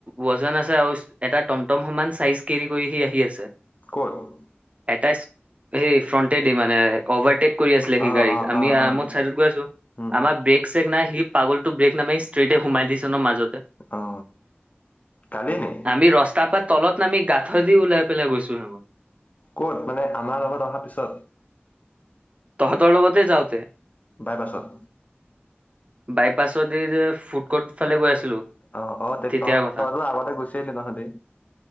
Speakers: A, on the right (about 30°); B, on the left (about 35°).
A: ৱজন আছে আৰু এটা টমটম সমান চাইজ কেৰি কৰি হি আহি আছে।
B: কত?
A: এটাচ সেই ফ্ৰনটেদি মানে অভাৰটেক কৰি আছিলে
B: অ',
A: সি গাড়ীত,
B: অ', অ',
A: আমি আৰামত
B: অ',
A: চাইডত গৈ আছো,
B: উম,
A: আমাৰ ব্ৰেক চ তেক নাই সি পাগলটো ব্ৰেক নামাৰি ষ্ট্ৰেইটে সোমাই দিছে ন মাজতে।
B: অ কালি নে?
A: আমি ৰস্তাৰ পৰা তলত নামি গাঠৈ দি ওলাই পেলাই গৈছো হে মই।
B: ক'ত মানে আমাৰ লগত অহাৰ পিছত।
A: তহতৰ লগতে যাওঁতে।
B: বাইপাছত।
A: বাইপাছ দি যে ফুড কৰ্ট ফালে গৈ আছিলো।
B: অ অ তই
A: তেতিয়াৰ
B: ত
A: কথা
B: তইতো আগতে গুচি আহিলি তহঁতি।